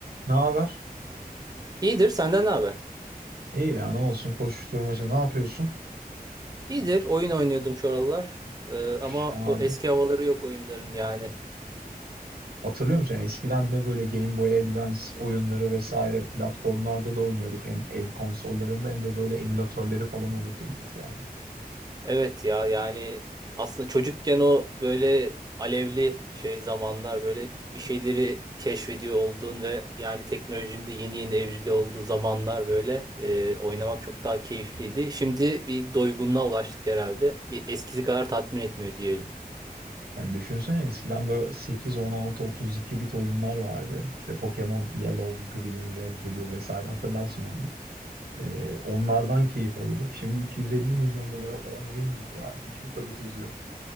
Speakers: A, on the right; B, on the right.
A: Ne haber?
B: İyidir, senden ne haber?
A: İyi ya ne olsun koşuşturmaca ne yapıyorsun?
B: İyidir, oyun oynuyordum şu aralar. Ee,
A: Şahane.
B: ama o eski havaları yok oyunların yani.
A: Hatırlıyor musun? Eskiden ne böyle Game Boy Advance oyunları vesaire platformlarda da oynuyorduk. Hem el konsollarında hem de böyle emülatörleri falan olurdu bilgisayarda.
B: Evet ya yani aslında çocukken o böyle alevli şey zamanlar böyle bir şeyleri keşfediyor olduğun ve yani teknolojinin de yeni yeni evrili olduğu zamanlar böyle e, oynamak çok daha keyifliydi. Şimdi bir doygunluğa ulaştık herhalde. Eskisi kadar tatmin etmiyor diyelim.
A: Yani düşünsene eskiden böyle 8, 16, 32 bit oyunlar vardı. İşte Pokemon Yellow, Green, Red, Blue vesaire hatırlarsın onları. Ee, onlardan keyif alıyorduk. Şimdi 250 milyon dolara falan oyun yapıyor abi. Hiçbir tadı tuzu yok.